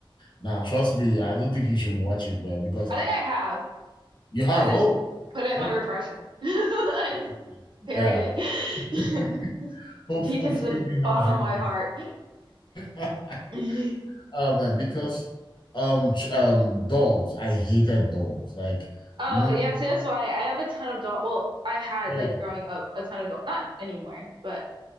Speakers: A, on the left; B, on the right.
A: nah, trust me. I don't think you should watch it, man, because
B: I think I have.
A: you have,
B: I just
A: oh,
B: put it in
A: oh,
B: my repression. <laughs> I
A: um,
B: just buried
A: yeah.
B: it
A: <laughs>
B: <laughs>
A: Hope,
B: deep
A: hopefully
B: into the
A: we
B: bottom
A: have drink.
B: of my
A: yeah.
B: heart.
A: <laughs>
B: <laughs>
A: Oh man, because um ch- um dolls, I hated dolls. Like,
B: Oh
A: you know.
B: yeah, see that's why I have a ton of doll. Well, I had
A: Oh,
B: like growing up a ton of doll. Not anymore, but